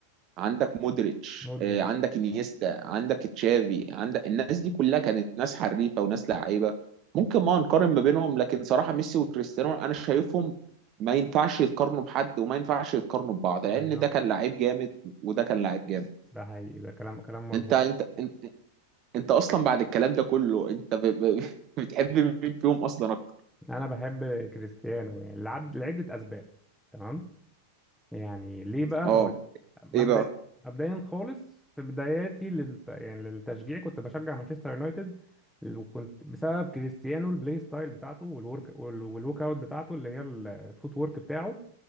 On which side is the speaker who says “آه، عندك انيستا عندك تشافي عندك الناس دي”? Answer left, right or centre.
Right